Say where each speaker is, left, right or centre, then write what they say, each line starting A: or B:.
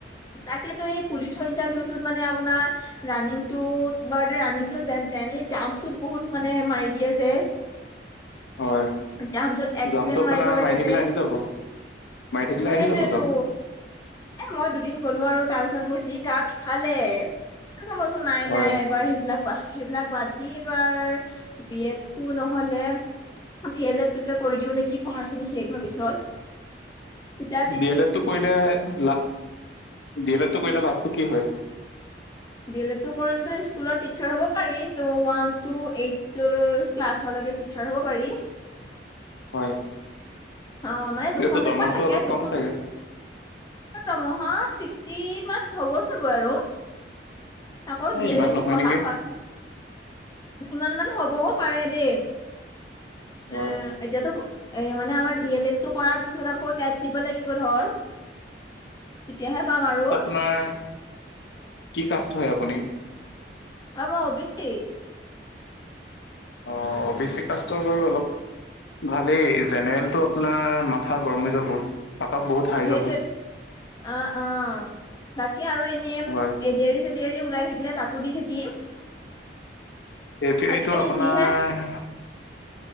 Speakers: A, on the left (about 20°); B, on the left (about 80°).
A: তাকেতো এই পুলিচৰ ইণ্টাৰভিউটোত মানে আপোনাৰ ৰাণিং টো বাৰু তে ৰানিংটো যেন তেন জাম্পটোত বহুত মানে মাৰি দিয়ে যে্
B: হয়
A: জাম্পটোত এক্সিলেণ্ট
B: জাম্পটো আপোনাৰ
A: মাৰিব লাগে
B: মাৰি থাকিলে
A: যে
B: আহি যাব। মাৰি থাকিলে
A: মই
B: আহি
A: সেইটোৱেতো
B: যাব জাম্প।
A: এ মই দুদিন গ'লো আৰু তাৰপিছত মোৰ যি গা বিষালে সেইবাবে মই কৈছো নাই
B: হয়
A: নাই এবাৰ সেইবিলাক সেইবিলাক বাদ দি এবাৰ বি এড তো নহ'লে ডি এল এট তোকে কৰি দিও নেকি পঢ়াৰ খিনি শেষ হোৱাৰ পিছত তেতিয়া তিত-
B: ডি এল এডটো কৰিলে লা ডি এল এতটো কৰিলে লাভটো কি হয়?
A: ডিল এল এতটো কৰিলেতো স্কুলত টিচাৰ হ'ব পাৰি ত ওৱান টু এইটয় ক্লাছলৈকে টিচাৰ হ'ব পাৰি।
B: হয়।
A: অ মানে দুখন
B: এইটো
A: পেপাৰ
B: দৰমহাটো
A: থাকে
B: অলপ
A: দুখ-
B: কম চাগে
A: তমহা ছিক্সটি মাত হ'ব চাগৈ আৰু আকৌ
B: এ
A: ডি
B: ইমান
A: এল এডটো
B: নহয়
A: পঢ়া
B: নেকি
A: হ- ইমান মান হ'বগো পাৰে দেই,
B: হয়
A: এ এতিয়াতো এ মানে আমাৰ ডি এল এডটো কৰাৰ পিছত আকৌ তাত দিব লাগিব ধৰ। তেতিয়াহে পাম আৰু।
B: নাৰ কি কাষ্ট হয় আপুনি?
A: অ মই অ বি ছি৷
B: অ- অ বি ছি কাষ্টৰ বাৰু অলপ ভালেই জেনেৰেলটো আপোনাৰ মাথা গৰম হৈ যাব৷ পাতত <unintelligible> বহুত৷ হাই
A: সেইটোৱে
B: যাব
A: অ-অ তাকে আৰু এনে
B: হয়
A: এ ডি আৰ <unintelligible> চে ডি আৰি ওলাই থাকিলে তাতো দি থাকিম৷
B: এতিয়া
A: আজিকালি
B: এইটো আপোনাৰ
A: যিহে